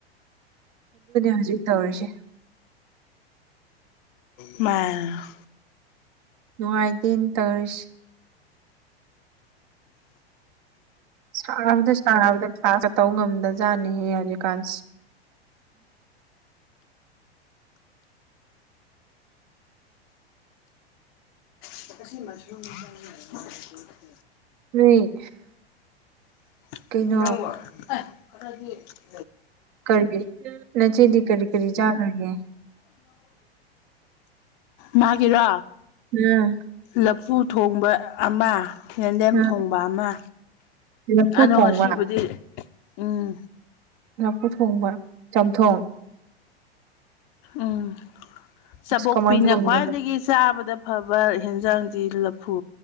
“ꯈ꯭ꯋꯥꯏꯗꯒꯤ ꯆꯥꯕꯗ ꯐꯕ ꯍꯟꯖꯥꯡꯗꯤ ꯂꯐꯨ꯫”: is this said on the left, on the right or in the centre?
Left